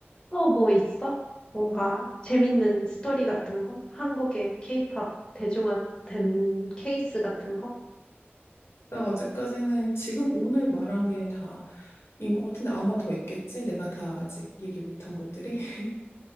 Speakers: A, on the left (about 20°); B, on the left (about 80°).
A: 또 뭐 있어? 뭔가 재밌는 스토리 같은 거? 한국의 케이팝 대중화된 케이스 같은 거?
B: 나 아직까지는 지금 오늘 말한 게다 인 것 같은데 아마 더 있겠지? 내가 다 아직 얘기 못한 것들이. <laughs>